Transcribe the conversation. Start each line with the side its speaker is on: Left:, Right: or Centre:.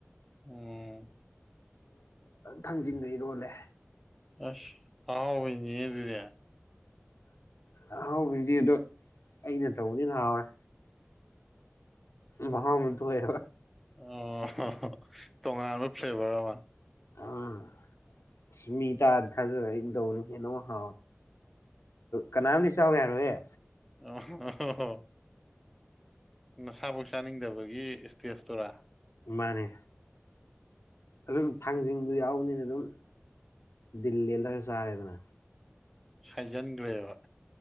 Centre: ꯎꯝ
Left: ꯊꯥꯡꯖꯤꯡꯒ ꯏꯔꯣꯜꯂꯦ
Centre: ꯑꯁ ꯑꯍꯥꯎꯕꯅꯤꯅꯦ ꯑꯗꯨꯗꯤ
Left: ꯑꯍꯥꯎꯕꯤꯗꯤ ꯑꯗꯣ ꯑꯩꯅ ꯇꯧꯕꯅꯤꯅ ꯍꯥꯎꯋꯦ ꯃꯍꯥꯎ ꯑꯃꯥ ꯊꯣꯔꯛꯑꯦꯔꯥ
Centre: ꯑꯣꯍꯣ ꯍꯣ ꯇꯣꯉꯥꯟꯕ ꯐ꯭ꯂꯦꯚꯔ ꯑꯃ
Left: ꯑꯥ ꯑꯁ ꯃꯤ ꯇꯥꯔꯗꯤ ꯊꯥꯖꯔꯣꯏꯅ ꯑꯧꯅ ꯇꯧꯕꯅꯦꯍꯦ ꯅꯉꯣꯟ ꯍ ꯀꯅꯥꯝꯗꯤ ꯆꯥꯎ ꯌꯥꯔꯣꯏꯌꯦ
Centre: <unintelligible> ꯅꯁꯥꯕꯧ ꯆꯥꯅꯤꯡꯗꯕꯒꯤ ꯁ꯭ꯇꯦꯖꯇꯨꯔꯥ
Left: ꯃꯥꯅꯤ ꯑꯗꯨꯝ ꯊꯥꯡꯖꯤꯡꯗꯨ ꯌꯥꯎꯅꯤꯅ ꯑꯗꯨꯝ ꯗꯤꯜ ꯂꯦꯜꯂꯒ ꯆꯥꯔꯦꯗꯅ
Centre: ꯁꯥꯏꯖꯟꯒ꯭ꯔꯦꯕ